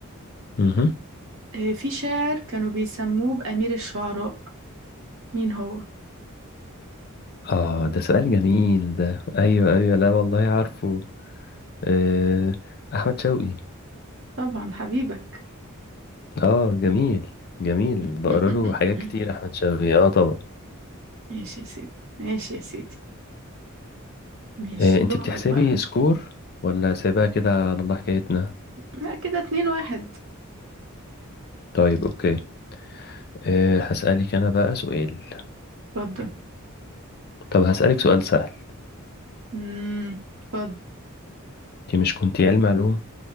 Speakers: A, on the left; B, on the right.
A: مهم.
B: آه في شاعر كانوا بيسموه بأمير الشعراء مين هو
A: اه ده سؤال جميل ده ايوه ايوه لا والله عارفه آه، احمد شوقي
B: طبعا حبيبك
A: اه جميل جميل
B: <laughs>
A: بقرا له حاجات كتير احمد شوقي اه طبعا
B: ماشي يا سيدي ماشي يا سيدي ماشي
A: إيه انت
B: دورك
A: بتحسبي
B: بقى
A: سكور ولا سايباها كده على الله حكايتنا
B: لا كده اتنين واحد
A: طيب اوكي إيه هسألك انا بقى سؤال
B: اتفضل
A: طب هسألك سؤال سهل
B: امم اتفضل
A: انت مش كنتي علم علوم